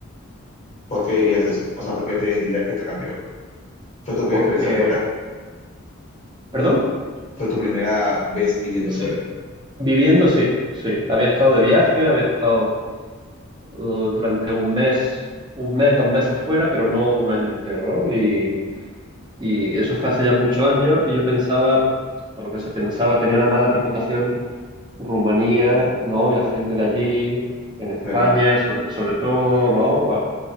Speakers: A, on the left; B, on the right.
A: ¿Por qué dirías
B: El-
A: eso? O sea, ¿por qué te dirías que te cambió? ¿Fue tu primera
B: porque...
A: experiencia fuera?
B: ¿Perdón?
A: ¿Fue tu primera vez viviendo
B: Sí.
A: fuera?
B: Viviendo, sí, sí. Había estado de viaje, había estado uh, durante un mes, un mes, dos meses fuera, pero no un año entero, ¿no? Y, y eso fue hace ya muchos años y yo pensaba, por lo que se pensaba, tenía una mala reputación Rumanía, ¿no? Y la gente de allí, en España,
A: Claro.
B: sobre, sobre todo, ¿no? Bueno,